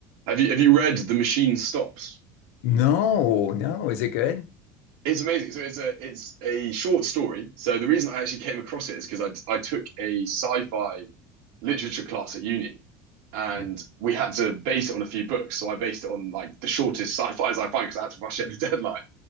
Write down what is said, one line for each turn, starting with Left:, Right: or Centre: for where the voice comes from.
Right: Have you, have you read The Machine Stops?
Left: No, no. Is it good?
Right: It's amazing. So it's a it's a short story. So the reason I actually came across it is because I I took a sci-fi literature class at uni, and
Left: Okay.
Right: we had to base it on a few books. So I based it on like the shortest sci-fis I find because I had to rush it at the <laughs> deadline.